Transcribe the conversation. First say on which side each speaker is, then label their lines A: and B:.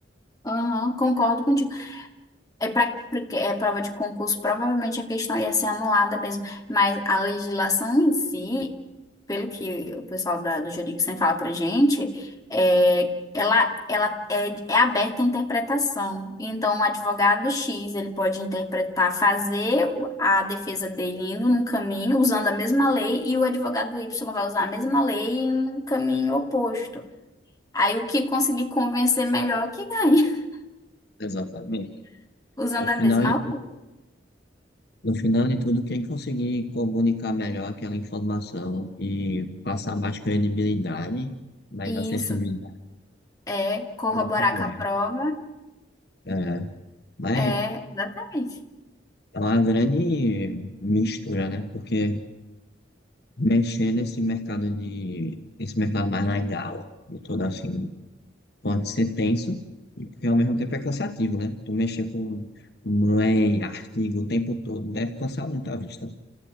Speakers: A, on the left (about 20°); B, on the left (about 60°).
A: Aham, concordo contigo. É para é prova de concurso, provavelmente a questão ia ser anulada mesmo, mas a legislação em si, pelo que o pessoal da- do jurídico sempre fala para gente, é, ela, ela é, é aberta à interpretação. Então, o advogado X ele pode interpretar, fazer o- a defesa dele indo num caminho usando a mesma lei, e o advogado Y vai usar a mesma lei em um caminho oposto. Aí, o que conseguir convencer melhor é o que ganha,
B: Exatamente.
A: <laughs> usando
B: No final,
A: a mesma lei.
B: No final de tudo, quem conseguir comunicar melhor aquela informação e passar mais credibilidade, mais
A: Isso.
B: assertividade,
A: É corroborar
B: ela tiver.
A: com a prova.
B: É, mas
A: É, exatamente.
B: é uma grande mistura, né? Porque mexer nesse mercado de, esse mercado mais legal e todo assim, pode ser tenso, e porque ao mesmo tempo é cansativo, né? Tu mexer com lei, artigo o tempo todo, deve cansar muito a vista.